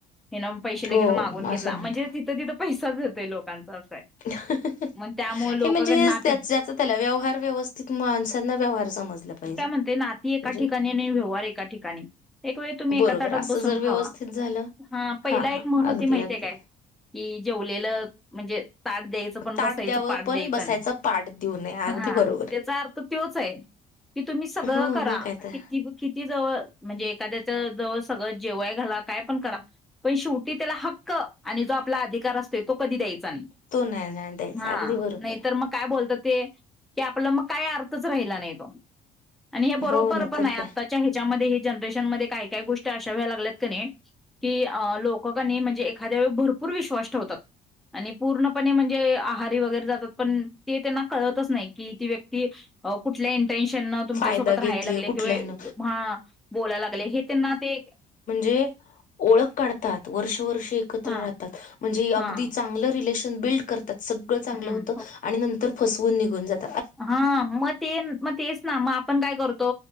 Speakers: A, in the centre; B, on the left.
A: हे नाग पैसे लगेच
B: हो
A: मागून घेतला
B: असं म्हणतात.
A: म्हणजे तिथं तिथं पैसाच येतोय लोकांचा असं आहे
B: <unintelligible>
A: मग त्यामुळे लोक
B: हे म्हणजे
A: नात्यात
B: त्या ज्याचा त्याला व्यवहार व्यवस्थित माणसांना व्यवहार समजला पाहिजे
A: ते नाती एका
B: म्हणजे
A: ठिकाणी आणि व्यवहार एका ठिकाणी एक वेळ तुम्ही
B: बरोबर
A: एका ताटात
B: असं
A: बसून
B: जर व्यवस्थित
A: खावा
B: झालं
A: हा पहिला
B: हा
A: एक म्हण होती
B: अगदी
A: माहितीये
B: अगदी
A: काय कि जेवलेलं म्हणजे ताट द्यायच पण
B: ताट
A: बसायच
B: द्यावं
A: पाट
B: पण
A: द्यायचा
B: बसायचा
A: नाही
B: पाठ देऊ नये अगदी
A: हा
B: बरोबर आहे
A: त्याचा अर्थ त्योच आहे कि तुम्ही सगळं
B: हो
A: करा
B: मग काय तर
A: किती किती जवळ म्हणजे एखाद्याच्या जवळ सगळं जेवाय घाला काय पण करा पण शेवटी त्याला हक्क आणि जो आपला अधिकार असो तो कधी द्यायचा नाही
B: तो नाही नाही द्यायचा
A: हा
B: अगदी बरोबर
A: नाही
B: आहे
A: तरर मग काय बोलत ते की आपला मग काय अर्थच राहिला नाही तो आणि हे बरोबर
B: हो ना
A: पण
B: तर
A: आहे आताच्या
B: काय
A: ह्याच्यामध्ये हे जनरेशन मध्ये काय काही गोष्टी अशा व्हाया लागल्यात का नाय की अं लोकं की नय म्हणजे एखाद्यावर भरपूर विश्वास ठेवतात. आणि पूर्णपणे म्हण जे आहारी वगैरे जातात पण ते त्यांना कळतंच नाही की ती व्यक्ती कुठल्या इन टेन्शनं ना तुमच्यासोबत
B: फायदा घेतेय
A: राहायला लागले
B: कुठल्यान
A: किवा हं.. बोलायला लागले हे त्यांना ते
B: हेओळख काढतात वर्ष वर्ष ते एकत्र
A: हा
B: राहतात म्हणजे
A: हा
B: अगदी चांगलं रिलेशन बिल्ड करत त सगळं चांगलं
A: हम्म
B: होतं आणि नंतर फसवून निघून जात
A: हा-मग-ते-मग तेच-ना पण काय करतो